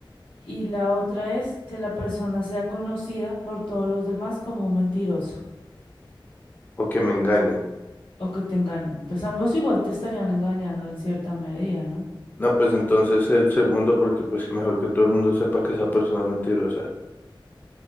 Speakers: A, on the left (about 90°); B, on the left (about 20°).
A: y la otra es que la persona sea conocida por todos los demás como un mentiroso
B: ¿O que me engañen?
A: o que te engañen. Pues ambos igual te estarían engañando en cierta medida, ¿no?
B: No, pues entonces el segundo, porque pues que mejor que todo el mundo sepa que esa persona es mentirosa.